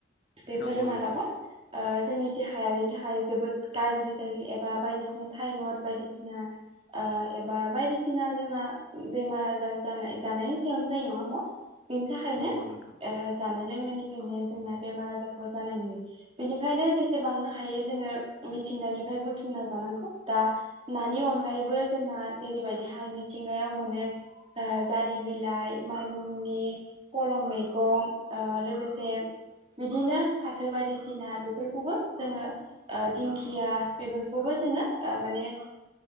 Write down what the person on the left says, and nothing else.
नंगौ
नोंथां
नंगौ नोंथां